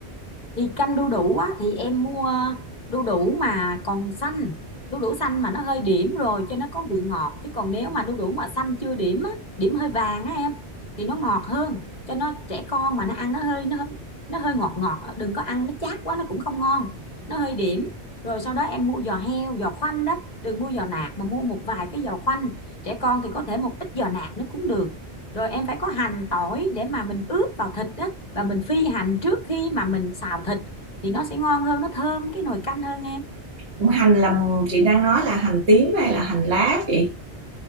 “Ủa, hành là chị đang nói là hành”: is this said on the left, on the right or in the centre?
Right